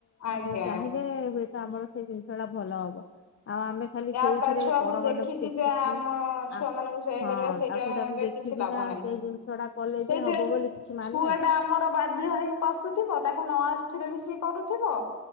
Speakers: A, on the left; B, on the left.
A: ଆଜ୍ଞା
B: ଚାହିଁଲେ ହୁଏତ ଆମର ସେଇ ଜିନିଷଟା ଭଲ ହବ ଆଉ ଆମେ ଖାଲି
A: ୟା
B: ସେଇଥିରେ
A: ତା ଛୁଆକୁ
B: ପରମାନଙ୍କୁ
A: ଦେଖିକିଯେ
B: ଦେଖିକି
A: ଆମ ଛୁଆ
B: ଆ
A: ମାନଙ୍କୁ ସେଇୟା
B: ହଁ
A: କରିବା ସେଇଟରେ
B: ତାକୁ ତାକୁ ଦେଖିକିନା
A: କିଛି ଲାଭ ନାହିଁ।
B: ସେଇ ଜିନିଷ ଟା କଲେ
A: ସେଇଥିରେ
B: ଯେ ହବ ବୋଲି କିଛି ମାନେ
A: ଛୁଆଟା
B: ଅଛି।
A: ଆମର ବାଧ୍ୟ ହେଇ ପଶୁଥିବ ତାକୁ ନଆସୁଥିଲେବି ସିଏ କରୁଥିବ